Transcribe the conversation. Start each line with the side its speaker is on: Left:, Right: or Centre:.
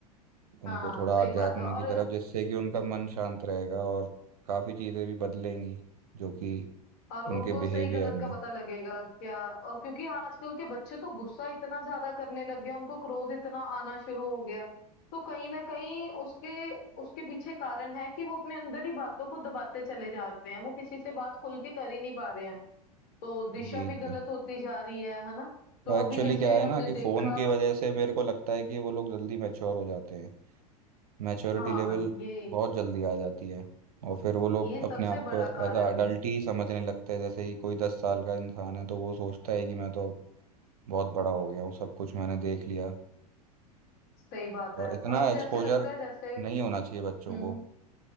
Right: उनको
Left: हाँ
Right: थोड़ा
Left: सही
Right: आध्यात्म
Left: बात है और
Right: की तरफ जिससे कि उनका मन शांत रहेगा और काफ़ी चीज़ें भी बदलेंगी जो कि
Left: और उनको
Right: उनके
Left: सही
Right: बिहेवियर
Left: गलत
Right: में
Left: का पता लगेगा क्या और क्योंकि आजकल के बच्चे तो गुस्सा इतना ज्यादा करने लग गए उनको क्रोध इतना आना शुरू हो गया तो कहीं ना कहीं उसके उसके पीछे कारण है कि वो अपने अंदर ही बातों को दबाते चले जा रहे हैं वो किसी से बात खुल के कर ही नहीं पा रहे हैं तो दिशा
Right: जी
Left: भी गलत
Right: जी
Left: होती जा रही है है ना तो
Right: तो एक्चुअली
Left: अभी जैसे
Right: क्या है
Left: हमने
Right: ना कि
Left: देखा
Right: फ़ोन की वजह से मेरे को लगता है कि वो लोग जल्दी मैच्योर हो जाते हैं मैच्योरिटी
Left: हाँ
Right: लेवल
Left: ये
Right: बहुत जल्दी आ जाती है और फिर वो लोग
Left: ये सबसे
Right: अपने आप
Left: बड़ा
Right: को
Left: कारण
Right: एज अ अडल्ट
Left: है
Right: ही समझने लगते हैं जैसे ही कोई दस साल का इंसान है तो वो सोचता है कि मैं तो अब बहुत बड़ा हो गया हूँ सब कुछ मैंने देख लिया
Left: सही बात
Right: और
Left: है
Right: इतना
Left: और मुझे
Right: एक्सपोजर
Left: ऐसे लगता है जैसे
Right: नहीं होना चाहिए
Left: हम्म
Right: बच्चों को